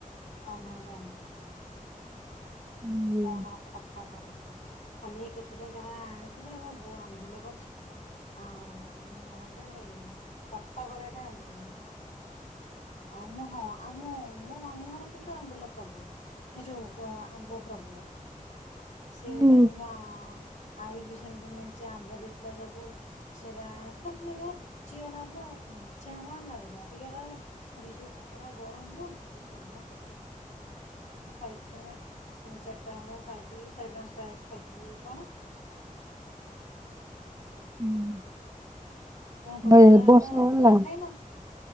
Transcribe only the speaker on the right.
ହୁଁ।
ହୁଁ
<unintelligible>
ଏ
ବର୍ଷ ଗଲା